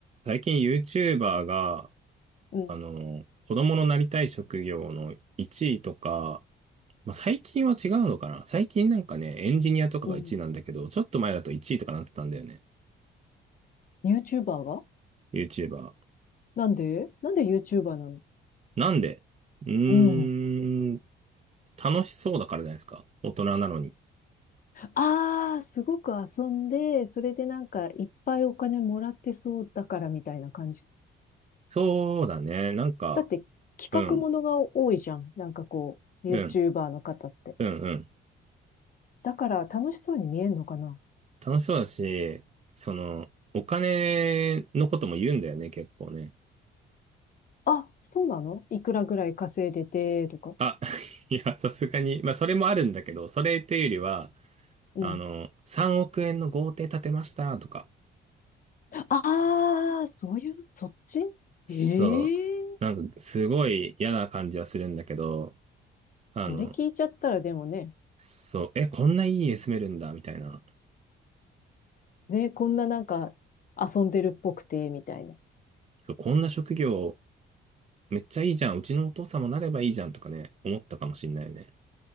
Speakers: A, on the right (about 35°); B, on the left (about 45°).
A: 最近 YouTuber が、
B: うん、
A: あの、子供のなりたい職業の1位とか、まあ、最近は違うのかな最近なんかね、エンジニアとかが1位なんだけど、
B: うん。
A: ちょっと前だと1位とかなってたんだよね。
B: YouTuber が
A: YouTuber。
B: なんでなんで YouTuber なの
A: なんでうーん、
B: うん。
A: 楽しそうだからじゃないですか。大人なのに。
B: ああ、すごく遊んで、それでなんかいっぱいお金もらってそうだからみたいな感じ。
A: そうだね。なんか、
B: だって企画ものが多いじゃん。
A: うん、
B: なんかこう、
A: うん、
B: YouTuber の方って。
A: うん、うん。
B: だから楽しそうに見えんのかな
A: 楽しそうだし、その、お金のことも言うんだよね、結構ね。
B: あ、そうなのいくらぐらい稼いでて、とか。
A: あ、<laughs> いや、さすがに、まあ、それもあるんだけど、それというよりは、
B: うん。
A: あの、3億円の豪邸建てましたとか、
B: ああ、そういう、そっちええー
A: そう、なんか、すごい嫌な感じはするんだけど、あの、
B: それ聞いちゃったらでもね、
A: そう、え、こんないい家住めるんだ、みたいな、
B: ね、こんななんか遊んでるっぽくて、みたいな。
A: そうこんな職業、めっちゃいいじゃん、うちのお父さんもなればいいじゃんとかね、思ったかもしんないよね。